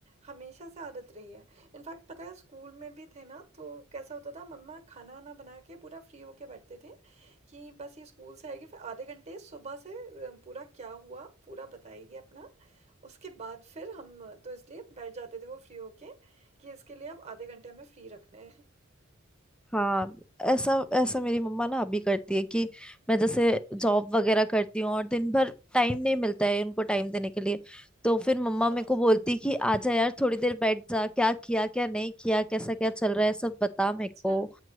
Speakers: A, on the right; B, in the centre.
A: हमेशा से आदत रही है। इनफैक्ट पता है स्कूल में भी थे ना तो कैसा होता था मम्मा खाना-वाना बना के पूरा फ्री होके बैठते थे कि बस ये स्कूल से आएगी फिर आधे घंटे सुबह से अ, पूरा क्या हुआ पूरा बताएगी अपना उसके बाद फिर हम तो इसलिए बैठ जाते थे वो फ्री होके कि इसके लिए अब आधे घंटे हमें फ्री रखने हैं।
B: हाँ ऐसा ऐसा मेरी मम्मा ना अभी करती है कि मैं जैसे जॉब
A: हाँ,
B: वगैरह करती हूँ और दिन भर टाइम नहीं मिलता है उनको टाइम देने के लिए तो फिर मम्मा मेरे
A: हाँ,
B: को बोलती है कि आजा यार थोड़ी देर बैठ जा क्या किया क्या नहीं किया कैसा क्या चल रहा है सब बता मेरे
A: अच्छा।
B: को